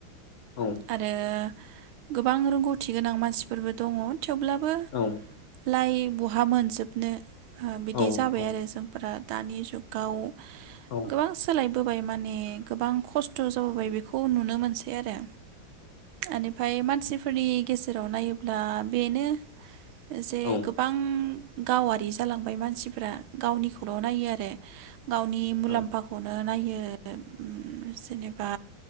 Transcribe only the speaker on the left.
औ
औ
औ
औ
औ
औ
औ